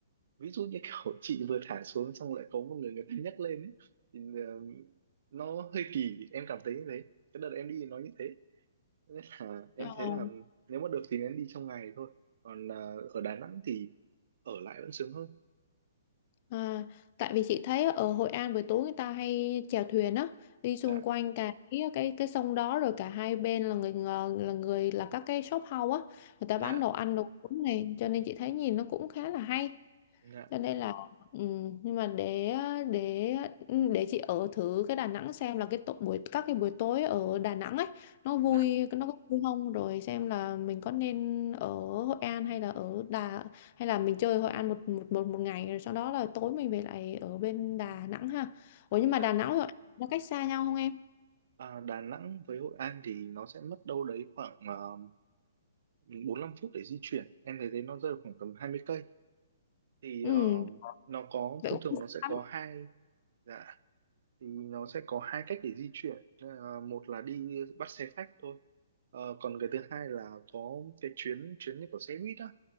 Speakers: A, on the right (about 60°); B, on the left (about 45°).
A: ví dụ như kiểu <laughs> chị vừa thả xuống xong lại có một người người ta nhấc lên ấy thì ờ, nó hơi kỳ em cảm thấy như thế cái đợt em đi nó như thế nên là em
B: Ờ.
A: thấy là nếu mà được thì nên đi trong ngày thôi còn à, ở Đà Nẵng thì ở lại vẫn sướng hơn
B: À, tại vì chị thấy ở Hội An buổi tối người ta hay chèo thuyền á đi
A: dạ
B: xung quanh cả cái cái cái sông đó rồi cả hai bên là người ngờ- là người là các cái shop house á người ta
A: dạ
B: bán đồ ăn đồ uống này cho nên chị thấy nhìn nó cũng khá là hay
A: dạ
B: cho nên là ừ, nhưng mà để để ừ, để chị ở thử cái Đà Nẵng xem là cái tổ, buổi các cái buổi tối ở Đà Nẵng ấy nó vui
A: dạ
B: nó có vui không rồi xem là mình có nên ở Hội An hay là ở Đà hay là mình chơi Hội An một một một, một ngày rồi sau đó là tối mình về lại ở bên Đà Nẵng ha ủa nhưng mà
A: dạ
B: Đà Nẵng với Hội An nó cách xa nhau không em
A: à, Đà Nẵng với Hội An thì nó sẽ mất đâu đấy khoảng uh, 45 phút để di chuyển em thấy thế nó rơi vào khoảng tầm 20 cây thì
B: ừ
A: ờ, nó có
B: vậy
A: thông
B: cũng
A: thường
B: không
A: nó sẽ
B: xa
A: có
B: lắm
A: hai dạ thì nó sẽ có hai cách để di chuyển Nên một là đi bắt xe khách thôi Ờ, còn cái thứ hai là có cái chuyến chuyến như kiểu xe buýt á